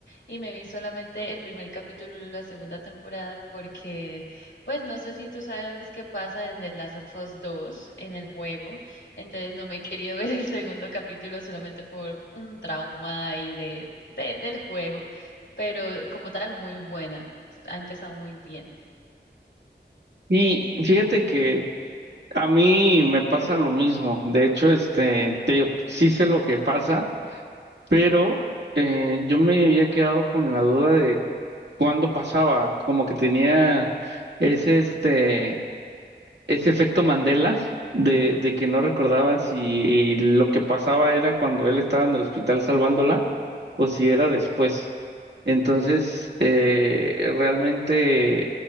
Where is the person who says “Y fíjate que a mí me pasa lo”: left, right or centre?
Right